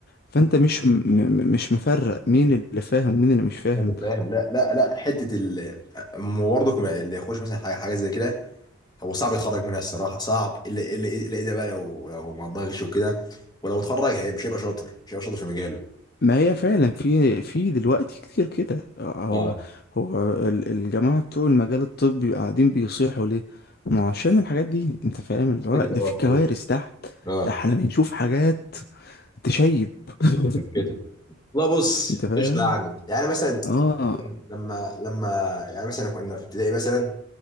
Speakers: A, on the left (about 45°); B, on the left (about 20°).
A: فانت مش م... م... مش مفرق مين اللي فاهم ومين اللي مش فاهم
B: انا فاهم لا لا لا حته ال برضك اللي يخش مثلا حاجه حاجه زي كده هو صعب يتخرج منها الصراحه صعب الا الا الا اذا بقى لو لو ما اتضغطش وكده ولو اتخرج هي مش هيبقى شاطر مش هيبقى شاطر في مجاله
A: ما هي فعلا في في دلوقتي كتير كده آه، هو
B: اه
A: هو ال- الجماعة بتوع المجال الطبي قاعدين بيصيحوا ليه؟ ما هو عشان الحاجات دي انت فاهم اللي هو
B: كتب اه
A: ده في كوارث
B: كتب
A: تحت
B: اه
A: ده احنا بنشوف حاجات تشيب <laughs>
B: كتب كتب لا بص
A: انت فاهم؟
B: قشطه يعني يعني مثلا
A: اه
B: لما لما يعني مثلا كنا في ابتدائي مثلا